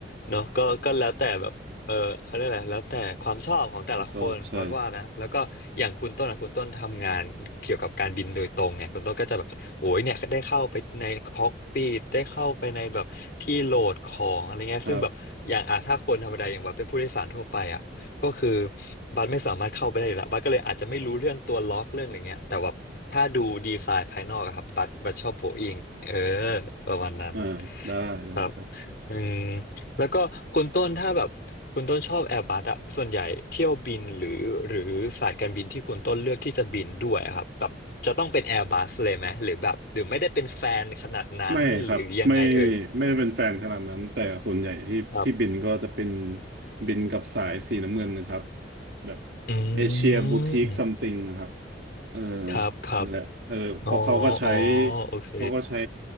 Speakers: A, on the left; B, on the right.
A: เนาะก็ก็แล้วแต่แบบเออเขาเรียกอะไรแล้วแต่ความชอบของแต่ละคนวัดว่านะแล้วก็อย่างคุณต้นอะคุณต้นทำงานเกี่ยวกับการบินโดยตรงไงคุณต้นก็จะแบบโอ้ยเนี่ยได้เข้าไปในคอกปีดได้เข้าไปในแบบที่โหลดของอะไรเงี้ยซึ่งแบบอย่างอ่ะถ้าคนธรรมดาอย่างแบบเป็นผู้โดยสารทั่วไปอะ
B: ผมชอบใช่ครับ
A: ก็คือบัสไม่สามารถเข้าไปได้อยู่แล้วบัสก็เลยอาจจะไม่รู้เรื่องตัวล็อกเรื่องอะไรเงี้ยแต่แบบถ้าดูดีไซน์ภายนอกอะครับบัสบัสชอบโบอิงเออประมาณนั้น
B: อ่าได้ ได้ครับ
A: ครับอืมแล้วก็คุณต้นถ้าแบบคุณต้นชอบแอร์บัสอะส่วนใหญ่เที่ยวบินหรือหรือสายการบินที่คุณต้นเลือกที่จะบินด้วยอะครับแบบจะต้องเป็นแอร์บัสเลยไหมหรือแบบหรือไม่ได้เป็นแฟนขนาดนั้นหรือยังไงเอ่ย
B: ไม่ครับไม่ไม่ได้เป็นแฟนขนาดนั้นแต่ส่วนใหญ่ที่ที่บินก็จะเป็น
A: ครับ
B: บินกับสายสีน้ำเงินนะครับแบบ
A: อืม
B: เอเชียบูติกซัมติงครับเออ
A: ครับครับ
B: นั่นแหละเออเพราะเขาก็ใช้
A: อ๋ออ๋อโอเค
B: เขาก็ใช้